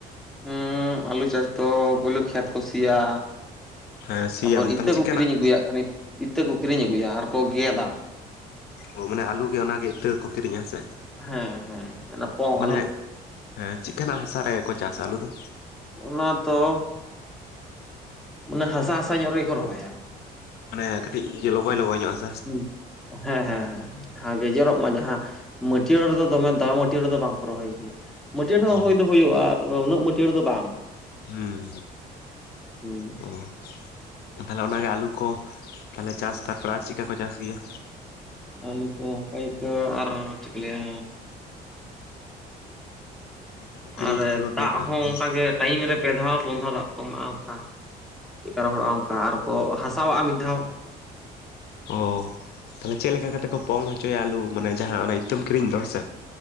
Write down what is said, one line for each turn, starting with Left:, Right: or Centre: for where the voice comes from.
Centre: ᱦᱩᱸ ᱟᱞᱩ ᱪᱟᱥ ᱫᱚ ᱯᱳᱭᱞᱳ ᱠᱷᱮᱛ ᱠᱚ ᱥᱤᱭᱟ᱾
Left: ᱦᱮᱸ ᱥᱤᱭᱟᱢ
Centre: ᱛᱟᱯᱚᱨ ᱤᱛᱟᱹ
Left: ᱛᱟᱦᱚᱞᱮ
Centre: ᱠᱚ
Left: ᱪᱮᱫᱠᱟᱱᱟᱜ
Centre: ᱠᱤᱨᱤᱧ ᱟᱹᱜᱩᱭᱟ ᱠᱷᱟᱱ ᱤᱛᱟᱹ ᱠᱚ ᱠᱤᱨᱤᱧ ᱟᱹᱜᱩᱭᱟ ᱟᱨᱠᱚ ᱜᱮᱫᱟ᱾
Left: ᱚ ᱢᱟᱱᱮ ᱟᱹᱞᱩ ᱜᱮ ᱚᱱᱟᱜᱮ ᱤᱛᱟᱹ ᱠᱚᱠᱚ ᱠᱤᱨᱤᱧᱟ ᱦᱮᱸ ᱥᱮ
Centre: ᱦᱮᱸ ᱦᱮᱸ ᱚᱱᱟ ᱯᱚᱝ
Left: ᱢᱟᱱᱮ
Centre: ᱟᱹᱞᱩ᱾
Left: ᱦᱮᱸ ᱪᱮᱫ ᱞᱮᱠᱟᱱᱟᱜ ᱦᱟᱥᱟ ᱨᱮᱠᱚ ᱪᱟᱥᱟ ᱟᱹᱞᱩ ᱫᱚ?
Centre: ᱚᱱᱟ ᱫᱚ ᱢᱟᱱᱮ ᱦᱟᱥᱟ ᱦᱟᱥᱟ ᱧᱚᱜ ᱨᱮᱜᱮᱠᱚ ᱨᱚᱦᱚᱭ-ᱟ᱾
Left: ᱢᱟᱱᱮ ᱠᱟᱹᱴᱤᱡ ᱤᱭᱟ. ᱞᱚᱵᱚᱭ ᱞᱚᱜᱚᱭ ᱧᱚᱜ ᱦᱟᱥ
Centre: ᱦᱮᱸ ᱦᱮᱸ ᱦᱮᱸ ᱦᱮᱸ ᱜᱮᱡᱮᱨᱚᱜ ᱢᱟ ᱡᱟᱦᱟᱸ ᱢᱟᱹᱴᱭᱟᱹᱲ ᱨᱮᱫᱚ ᱫᱚᱢᱮ ᱫᱟ ᱢᱟᱹᱴᱭᱟᱹᱲ ᱨᱮᱫᱚ ᱵᱟᱝᱠᱚ ᱨᱚᱦᱚᱭ ᱜᱮᱭᱟ᱾ ᱢᱟᱹᱴᱭᱟᱹᱲ ᱦᱚᱸ
Left: ᱚ
Centre: ᱦᱩᱭ ᱫᱚ ᱦᱩᱭᱩᱜ-ᱟ ᱛᱮ ᱩᱱᱟᱹᱜ ᱢᱟᱹᱴᱭᱟᱹᱲ ᱫᱚ ᱵᱟᱝ᱾
Left: ᱦᱮᱸ
Centre: ᱦᱩᱸ
Left: ᱦᱮᱸ ᱚ ᱛᱟᱦᱚᱞᱮ ᱚᱱᱟᱜᱮ ᱟᱹᱞᱩ ᱠᱚ ᱛᱟᱦᱚᱞᱮ ᱪᱟᱥ ᱛᱟᱨᱯᱚᱨᱮ ᱟᱨ ᱪᱤᱫᱠᱟ ᱠᱚ ᱪᱟᱥ ᱜᱮᱭᱟ?
Centre: ᱟᱹᱞᱩ ᱠᱚ ᱚᱱᱠᱟ ᱠᱚ ᱟᱨ ᱪᱮᱫ ᱠᱚ ᱞᱟᱹᱭᱟ᱾
Left: ᱤᱛᱟᱹ ᱠᱚ ᱠᱤᱨᱤᱧ
Centre: ᱟᱨ
Left: ᱠᱟᱛᱮ ᱠᱚ
Centre: ᱫᱟᱜ
Left: ᱜᱮᱫᱟ
Centre: ᱦᱚᱸ
Left: ᱦᱮᱸ
Centre: ᱚᱱᱠᱟᱜᱮ
Left: ᱥᱮ?
Centre: ᱴᱟᱭᱤᱢ ᱨᱮ ᱯᱮ ᱫᱷᱟᱣ ᱯᱳᱱ ᱫᱷᱟᱣ ᱫᱟᱜ ᱠᱚ ᱮᱢᱟᱜ-ᱟ ᱚᱱᱠᱟ᱾ ᱪᱮᱫᱠᱟ ᱨᱚᱦᱚᱲᱚᱜᱼᱟ ᱚᱱᱠᱟ ᱟᱨᱠᱚ ᱦᱟᱥᱟᱣᱟᱜᱼᱟ ᱢᱤᱫ ᱫᱷᱟᱣ᱾
Left: ᱚ ᱛᱟᱦᱚᱞᱮ ᱪᱮᱫ ᱞᱮᱠᱟ ᱠᱟᱛᱮ ᱠᱚ ᱯᱚᱝ ᱪᱚᱭᱟ ᱟᱹᱞᱩ ᱢᱟᱱᱮ ᱡᱟᱦᱟᱸ ᱚᱱᱟ ᱤᱛᱟᱹᱢ ᱠᱤᱨᱤᱧ ᱫᱚ ᱦᱮᱸ ᱥᱮ